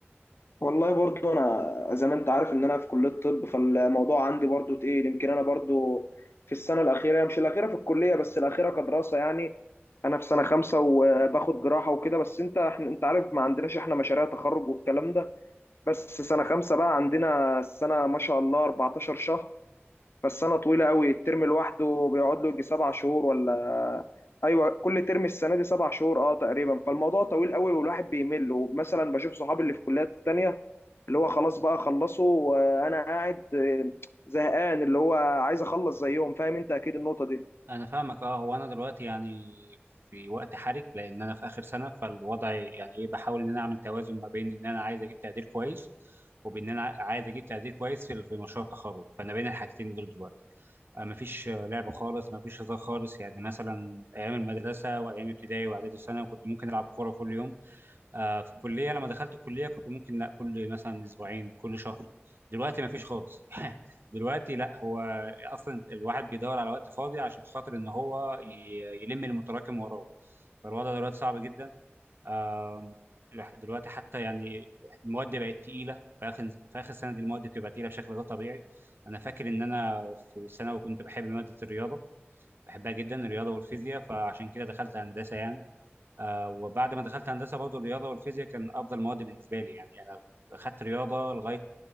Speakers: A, on the left; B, on the right.
A: والله برضو انا زي ما انت عارف ان انا في كليه طب فالموضوع عندي برضو تقيل يمكن انا برضو في السنه الاخيره مش الاخيره في الكليه بس الاخيره كدراسه يعني انا في سنه خمسة وباخد جراحه وكده بس انت احنا انت عارف ما عندناش احنا مشاريع تخرج والكلام ده بس سنه خمسة بقى عندنا السنه ما شاء الله 14 شهر فالسنة طويلة قوي الترم لوحده بيقعد له يجي سبع شهور ولا ايوه كل ترم السنة دي سبع شهور اه تقريبا فالموضوع طويل قوي والواحد بيمل ومثلا بشوف صحابي اللي في كليات تانية اللي هو خلاص بقى خلصوا وانا قاعد آه، زهقان اللي هو عايز اخلص زيهم فاهم انت اكيد النقطة دي
B: أنا فاهمك أه هو أنا دلوقتي يعني في وقت حرج لأن أنا في آخر سنة فالوضع يعني إيه بحاول إن أنا أعمل توازن ما بين إن أنا عايز أجيب تقدير كويس وبإن أنا عايز أجيب تقدير كويس في في مشروع التخرج فأنا بين الحاجتين دول دلوقتي. آه، مفيش آه، لعب خالص مفيش هزار خالص يعني مثلا ايام المدرسه وايام ابتدائي واعدادي وثانوي كنت ممكن العب كوره كل يوم آه، في الكليه لما دخلت الكليه كنت ممكن لا كل مثلا اسبوعين كل شهر دلوقتي مفيش خالص <laughs> دلوقتي لا هو اصلا الواحد بيدور على وقت فاضي عشان خاطر ان هو ي- يلم المتراكم وراه فالوضع دلوقتي صعب جدا آم، لح- دلوقتي حتى يعني المواد بقت تقيله في اخر في اخر سنه دي المواد بتبقى تقيله بشكل غير طبيعي انا فاكر ان انا في ثانوي كنت بحب ماده الرياضه بحبها جدا الرياضه والفيزياء فعشان كده دخلت هندسه يعني آه وبعد ما دخلت هندسه برضه الرياضه والفيزياء كان افضل مواد بالنسبه لي يعني يعني انا اخدت رياضه لغايه